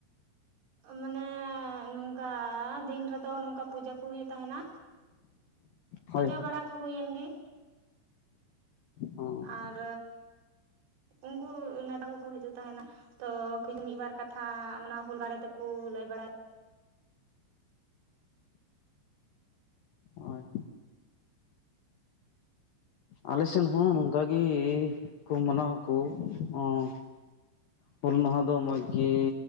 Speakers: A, on the right; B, on the left.
A: ᱢᱟᱱᱮ ᱱᱚᱝᱠᱟ ᱫᱤᱱ ᱨᱮᱫᱚ ᱱᱚᱝᱠᱟ ᱯᱩᱡᱟᱹ ᱠᱚ ᱦᱩᱭᱩᱜ ᱛᱟᱦᱮᱱᱟ ᱯᱩᱡᱟᱹ
B: ᱦᱳᱭ
A: ᱵᱟᱲᱟ ᱠᱚ ᱦᱩᱭᱮᱱ ᱜᱮ ᱾
B: ᱦᱳᱭ
A: ᱟᱨ ᱩᱱᱠᱩ ᱱᱮᱛᱟ ᱠᱚᱠᱚ ᱦᱤᱡᱩᱜ ᱛᱟᱦᱮᱱᱟ, ᱛᱚ ᱠᱤᱪ ᱢᱤᱫ ᱵᱟᱨ ᱠᱟᱛᱷᱟ ᱚᱱᱟ ᱦᱩᱞ ᱵᱟᱨᱮ ᱛᱮᱠᱚ ᱞᱟᱹᱭ ᱵᱟᱲᱟᱭ
B: ᱦᱳᱭ ᱟᱞᱮ ᱥᱮᱱ ᱦᱚᱸ ᱱᱚᱝᱠᱟ ᱜᱮ ᱠᱚ ᱢᱟᱱᱟᱣᱟᱠᱚ ᱚᱸᱻ ᱦᱩᱞ ᱢᱟᱦᱟ ᱫᱚ ᱢᱚᱡᱽ ᱜᱤ